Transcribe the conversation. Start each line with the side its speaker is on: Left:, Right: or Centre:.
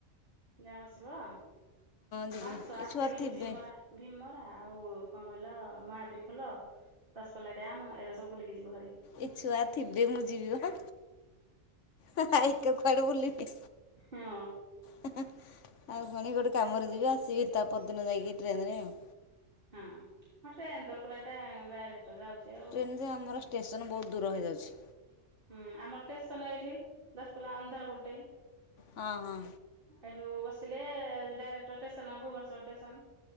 Right: ଗାଁକୁ ଆସିବ ହଁ
Left: ଯିବି
Right: ଆସ ଆସିକି
Left: ଏ ଛୁଆ ଥିବେ
Right: ଯଦି ଭୀମ ମରା ପାଞ୍ଚଶହ ଆଶ କେ ଯୋ ଭୀମରା ଭୀମ ଆଉ କଣ କହିଲ ମହାବୀର ଖୋଲ ଦସପଲା ଡ୍ୟାମ ଏରା ସବୁ ବୁଲିକି ଯିବ ହେରି।
Left: ଏଛୁଆ ଥିବେ ମୁଁ ଯିବି ବା ହେଁ ହେଁ ଏକା କୁଆଡ଼େ ବୁଲିବି।
Right: ହଁ
Left: ଆଉ କଣ ଗୋଟେ କାମରେ ଯିବି ଆସିବି ତା ପର ଦିନ ଯାଇକି ଟ୍ରେନ ରେଉ
Right: ହଁ ମୁଁ ଟ୍ରେନ୍ ତ ପୁରା ଡାଇରେକ୍ଟ ଯାଉଛି ଆଉ
Left: ଟ୍ରେନ୍ ଯେ ଆମର ଷ୍ଟେସନ ବହୁତ ଦୂର ହେଇ ଯାଉଛି।
Right: ହୁଁ ଆମର ଷ୍ଟେସନ୍ ଏଇଠି ଦଶପଲ୍ଲା ଅନ୍ଧାର ଗୋଟେ।
Left: ହଁ ହଁ।
Right: ଏଇଠୁ ବସିଲେ ଡାଇରେକ୍ଟର ଷ୍ଟେସନ ଭୁବନେଶ୍ୱର ଷ୍ଟେସନ।